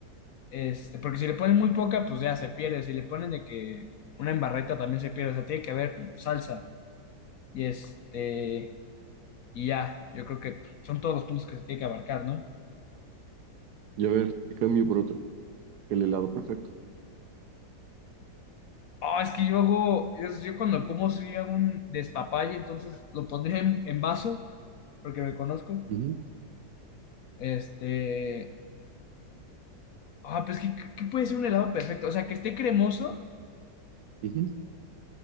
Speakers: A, on the left; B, on the right.
A: este, porque si le ponen muy poca, pues ya se pierde. Si le ponen de que una embarreta también se pierde, o sea, tiene que haber salsa y este, y ya, yo creo que pues, son todos los puntos que se tiene que abarcar, ¿no?
B: Y a ver, te cambio por otra. El helado perfecto.
A: Oh, es que yo hago, yo, yo cuando como si hago un despapalle, entonces lo pondría en, en vaso, porque me conozco.
B: Ujú,
A: Este, ah, pues que, que que puede ser un helado perfecto, o sea, que esté cremoso,
B: ujú.